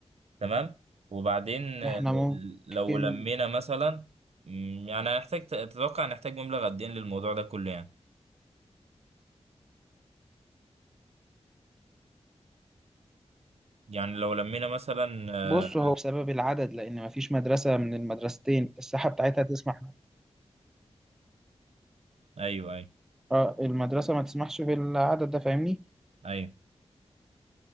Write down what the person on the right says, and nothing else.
تمام وبعدين آه،
لو لمينا مثلا مم، يعني هنحتاج تتوقع نحتاج مبلغ قد ايه للموضوع ده كله يعني يعني لو لمينا مثلا آه،
ايوه ايوه
ايوه